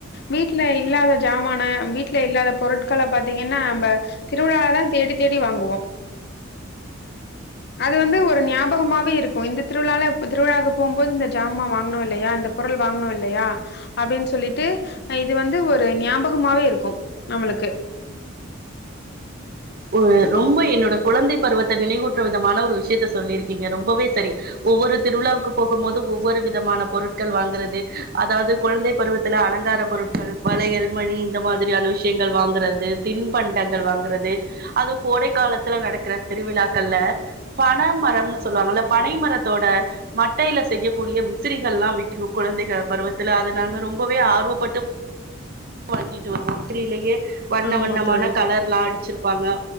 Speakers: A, on the left; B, on the right.
A: வீட்ல இல்லாத ஜமான வீட்ல இல்லாத பொருட்கள பாத்தீங்கன்னா நம்ப திருவிழாலதான தேடி தேடி வாங்குவோ அது வந்து ஒரு ஞாபகமாவே இருக்கு இந்த திருவிழால திருவிழா போம்போது இந்த ஜாமா வாங்னோல்லயா அந்த பொருள் வாங்குனோல்லயா அப்படின் சொல்லிட்டு இது வந்து ஒரு ஞாபகமாவே இருக்கு நம்மளுக்கு
B: ஒரு ரொம்ப என்னோட குழந்தை பருவத்த நினைவூட்டுற விதமான ஒரு விஷயத்த சொல்லிருக்கீங்க ரொம்பவே சரி ஒவ்வொரு திருவிழாவுக்கு போகு போது ஒவ்வொரு விதமான பொருட்கள் வாங்குறது அதாது குழந்தை பருவத்துல அலங்கார பொருட்கள் வளையல் மணி இந்த மாதிரியான விஷயங்கள் வாங்குறது தின்பண்டங்கள் வாங்குறது அது கோடை காலத்துல நடக்குற திருவிழாக்கள்ல பனமரம்ன்னு சொல்லுவாங்கல்ல பனை மரத்தோட மட்டையில செய்யக்கூடிய விசிறிகள்ல்லா விக்கு குழந்தைக பருவத்துல அது நாங்க ரொம்பவே ஆர்வப்பட்டு வாங்கிட்டு வருவோ விசிறிலயே வண்ண
A: ஆமா
B: வண்ணமான
A: தோழி.
B: கலர்ல்லா அடிச்சிருப்பாங்க